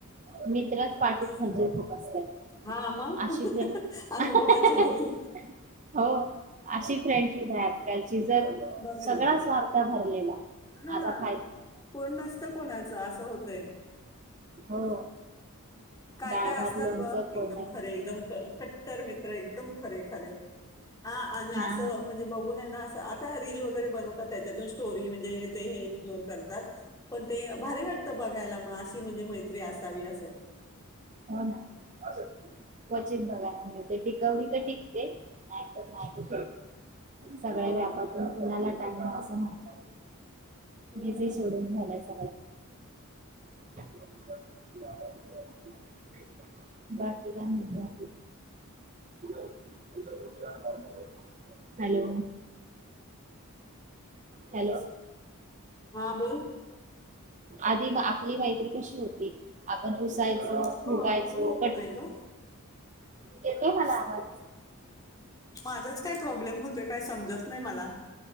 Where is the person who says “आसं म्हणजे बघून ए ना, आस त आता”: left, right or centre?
Left